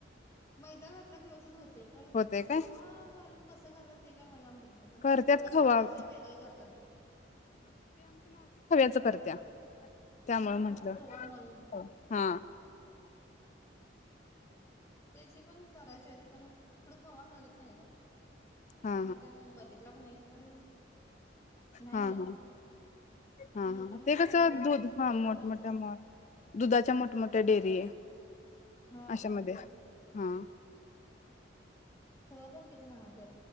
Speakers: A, on the left; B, on the left.
A: मैदा घातला की असस होत ते पण
B: होतय काय
A: खवा घालून कस करतात ते काय मला माहित नाही पण
B: करत्यात
A: फक्त
B: खवा
A: खव्याचे वेगळे करतात.
B: त करत्या त्यामुळे
A: हा
B: म्हंटलं
A: फक्त खवा मळुन
B: हा हा
A: त्याची पण करायचे आहेत. पण इकडं खवा मिळत नाही ग कुठे
B: हा
A: मिळतय <inaudible> बघितला पण नाही स पण नाही
B: हा
A: मिळत.
B: हा हा
A: मोठ्या
B: हा
A: मोठ्या
B: ते
A: मॉलमध्ये
B: कस दूध
A: जयसिंग
B: हा
A: पूरला तर
B: मोठमोठ्या
A: मिळत असेल.
B: माल दुधाधाच्या मोठमोठ्या डेअरी
A: हा
B: अशामध्ये
A: तिथं
B: हा
A: ह पण किती महाग आहे